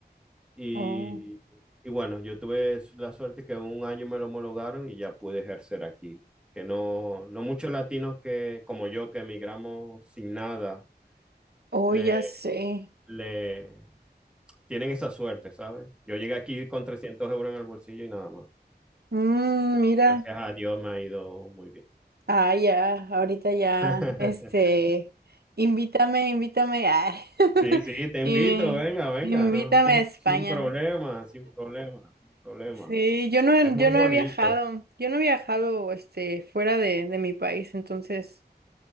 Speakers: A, in the centre; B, on the right.
A: y,
B: Oh,
A: y bueno, yo tuve su- la suerte que en un año me lo homologaron y ya pude ejercer aquí, que no, no muchos latinos que, como yo, que emigramos sin nada,
B: oh,
A: le,
B: ya sé.
A: le tienen esa suerte, ¿sabes? Yo llegué aquí con 300 euros en el bolsillo y nada más.
B: Mm, mira.
A: Gracias a Dios me ha ido muy bien.
B: Ah, ya, ahorita ya,
A: <laughs>
B: este, invítame, invítame, ah, <laughs>
A: Sí, sí, te invito,
B: y me-
A: venga, venga,
B: invítame
A: no, sin,
B: a España.
A: sin problema, sin problema, sin problema.
B: Sí, yo no,
A: Es muy
B: yo
A: bonito.
B: no he viajado, yo no he viajado, este, fuera de, de mi país, entonces,